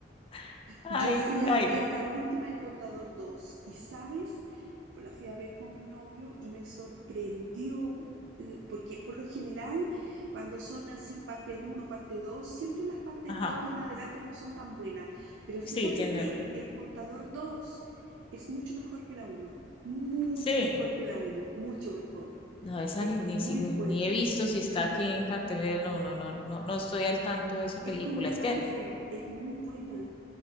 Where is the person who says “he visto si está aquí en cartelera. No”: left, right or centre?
Left